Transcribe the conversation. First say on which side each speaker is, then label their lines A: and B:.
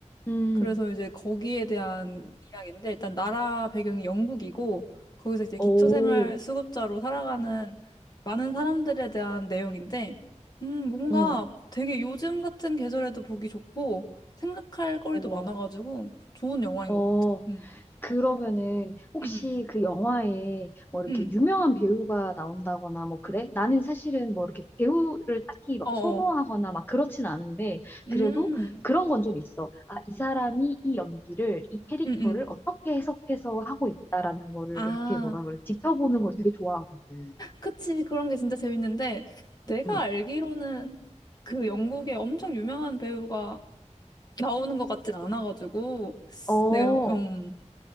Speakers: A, on the left; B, on the left.
A: 음,
B: 그래서
A: 음,
B: 이제 거기에 대한 이야기인데 일단 나라 배경이 영국이고 거기서 이제 기초생활
A: 오,
B: 수급자로 살아가는 많은 사람들에 대한 내용인데 음 뭔가
A: 음,
B: 되게 요즘 같은 계절에도 보기 좋고 생각할 거리도
A: 어,
B: 많아가지고 좋은 영화인
A: 어,
B: 것 같아. 음.
A: 그러면은 혹시
B: 음,
A: 그 영화에 뭐 이렇게
B: 음, 음.
A: 유명한 배우가 나온다거나 뭐 그래? 나는 사실은 뭐 이렇게 배우를 딱히 막
B: 어어.
A: 선호하거나 막 그렇진 않은데
B: 음,
A: 그래도 그런 건 좀 있어. 아, 이 사람이 이 연기를 이 캐릭터를
B: 음, 음.
A: 어떻게 해석해서 하고 있다라는 거를
B: 아,
A: 이렇게 뭐라 그래? 지켜보는 걸 되게 좋아하거든.
B: 그치. 그런 게 진짜 재밌는데, 내가
A: 응.
B: 알기로는 그 영국의 엄청 유명한 배우가 나오는 것 같진 않아가지고
A: 어,
B: 내가 음